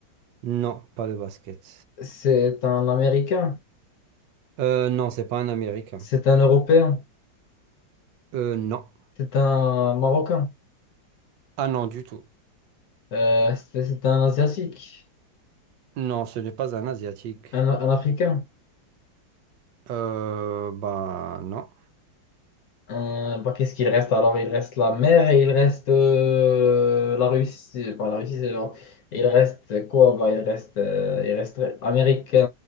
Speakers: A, on the right (about 70°); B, on the left (about 60°).
A: non, pas le basket.
B: c'est un Américain,
A: Euh, non, c'est pas un Américain.
B: c'est un Européen,
A: Euh, non.
B: c'est un Marocain,
A: Ah non, du tout.
B: euh, c'est c'est un Asiatique,
A: Non, ce n'est pas un Asiatique.
B: un, un Africain.
A: Euh, bah non.
B: Euh, bah, qu'est-ce qu'il reste alors? Il reste la mer et il reste euh, la Russie. Bah, la Russie, c'est genre- Il reste quoi? Bah, il reste, euh, il reste Amérique euh,